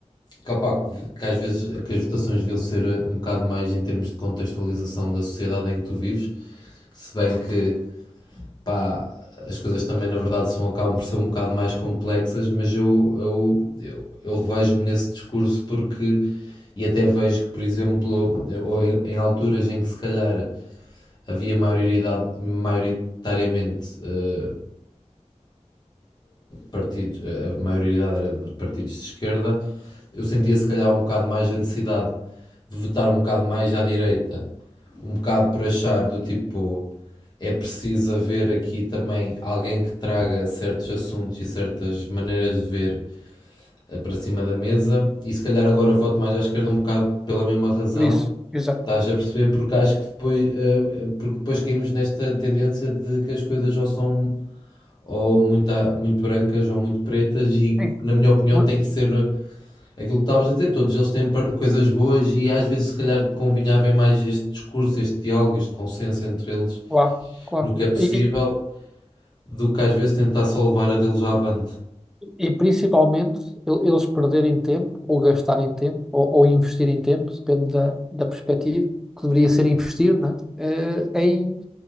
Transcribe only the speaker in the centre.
Por isso, exato.
Sim,
mu-
claro, claro.
E,
E principalmente el- eles perderem tempo, ou gastarem tempo, ou, ou investirem tempo, depende da, da perspectiva, que deveria ser investir, né? eh, em